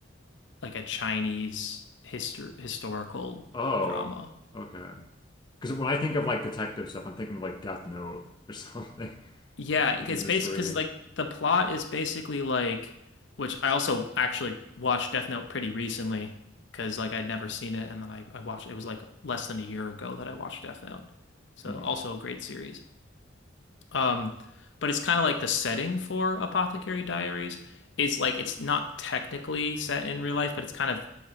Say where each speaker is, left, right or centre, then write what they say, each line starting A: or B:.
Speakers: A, on the left; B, on the left.
A: like a Chinese histor historical
B: Oh,
A: drama.
B: okay. Because when I think of like detective stuff, I'm thinking of like Death Note or something
A: Yeah,
B: <laughs>
A: it's
B: with the mystery.
A: based because like the plot is basically like, which I also actually watched Death Note pretty recently because like I'd never seen it, and then I I watched it was like less than a year ago that I watched Death Note, so
B: hmm
A: also a great series. Um, but it's kind of like the setting for Apothecary Diaries. It's like it's not technically set in real life, but it's kind of